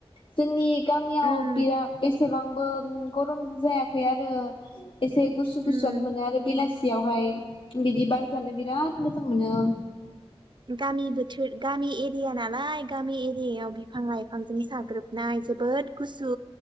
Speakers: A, on the left; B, on the right.
A: जोंनि गामियाव
B: उम
A: बिराद बेसेबांबो ओम गरम जायाखै आरो। एसे गुसु
B: उम
A: गुसुआनो मोनो आरो बेलासियावहाय बिदि बार जानो बिराद मोजां मोनो।
B: गामि बोथोर गामि एरिया नालाय गामि एरियायाव बिफां लाइफांजों साग्रोबनाय जोबोद गुसु